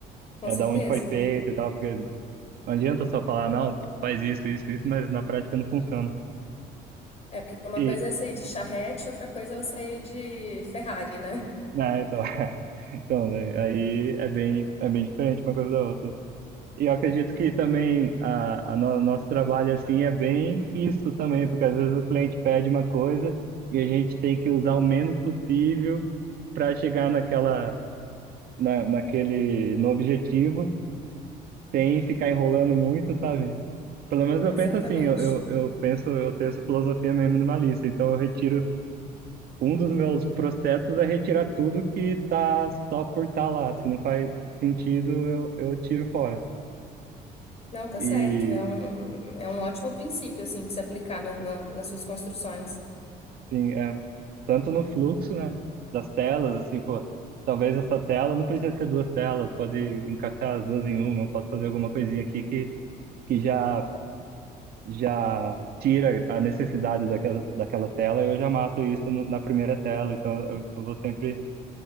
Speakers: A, on the left; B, on the right.
A: Com
B: É
A: certeza.
B: da onde foi feito e tal, porque Não adianta só falar, não, faz isso, isso, isso, mas na prática não funciona.
A: É, porque uma
B: E,
A: coisa é sair de charrete, outra coisa é você ir de Ferrari, né?
B: né, então, <laughs> então, né, aí é bem, é bem diferente uma coisa da outra. E eu acredito que também a, a no- nosso trabalho, assim, é bem isso também, porque às vezes o cliente pede uma coisa e a gente tem que usar o menos possível para chegar naquela, na, naquele, no objetivo, sem ficar enrolando muito, sabe? Pelo menos eu
A: Exatamente.
B: penso assim, eu, eu, eu penso, eu tenho essa filosofia meio minimalista, então eu retiro um dos meus processos é retirar tudo que tá só por estar tá lá. Se não faz sentido, eu, eu tiro fora.
A: Não, tá
B: E,
A: certo. É um, é um ótimo princípio, assim, pra se aplicar na- na- nas suas construções.
B: sim, é, tanto no fluxo, né, das telas, assim, pô, talvez essa tela não precisa ser duas telas, pode encaixar as duas em uma, Pode fazer alguma coisinha aqui que, que já, já tira a necessidade daquela, daquela tela e eu já mato isso no- na primeira tela. Então, eu, eu vou sempre